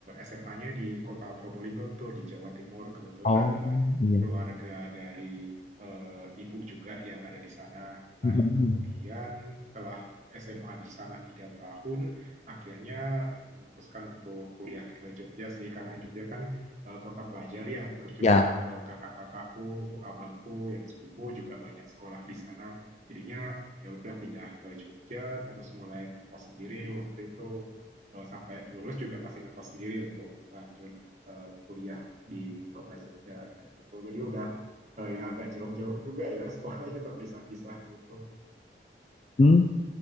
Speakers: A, on the right; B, on the left.
A: SMA-nya di Kota Probolinggo tuh di Jawa Timur. Kebetulan
B: Oh,
A: ada
B: iya.
A: keluarga dari eh, ibu juga yang ada di sana. Nah,
B: Mm-mm.
A: kemudian setelah SMA di sana tiga tahun, akhirnya memutuskan untuk kuliah ke Jogja sih karena Jogja kan uh, kota pelajar ya terus juga
B: Ya
A: uh, kakak-kakakku abangku yang sepupu juga banyak sekolah di sana jadinya ya udah pindah ke Jogja terus mulai ngekos sendiri waktu itu uh, sampai lulus juga masih ngekos sendiri untuk lanjut uh, kuliah di kota Jogja kayak gitu jadi udah uh, ya agak jauh-jauh juga ya <laughs> sekolahnya terpisah-pisah gitu
B: Hmm,